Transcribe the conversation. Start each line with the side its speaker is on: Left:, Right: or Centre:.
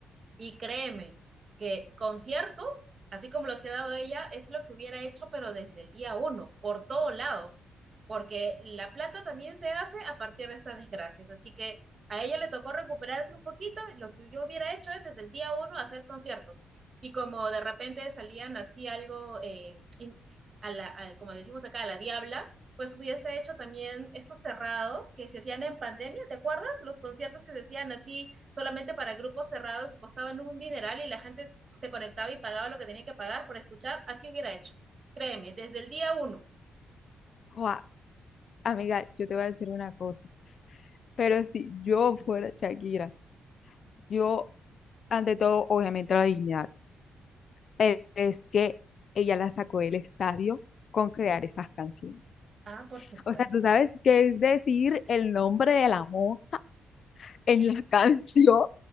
Right: y créeme que conciertos, así como los que ha dado ella, es lo que hubiera hecho, pero desde el día uno, por todo lado, porque la plata también se hace a partir de estas desgracias. Así que a ella le tocó recuperarse un poquito. Lo que yo hubiera hecho es desde el día uno hacer conciertos. Y como de repente salían así algo, eh, a la, a- como decimos acá, a la diabla, pues hubiese hecho también estos cerrados que se hacían en pandemia, ¿te acuerdas? Los conciertos que se hacían así solamente para grupos cerrados que costaban un dineral y la gente se conectaba y pagaba lo que tenía que pagar por escuchar, así hubiera hecho. Créeme, desde el día uno.
Left: Joa, amiga, yo te voy a decir una cosa, pero si yo fuera Shakira, yo, ante todo, obviamente la dignidad, pero es que ella la sacó del estadio con crear esas canciones.
Right: Ah, por supuesto.
Left: O sea, tú sabes qué es decir el nombre de la moza en la <laughs> canción.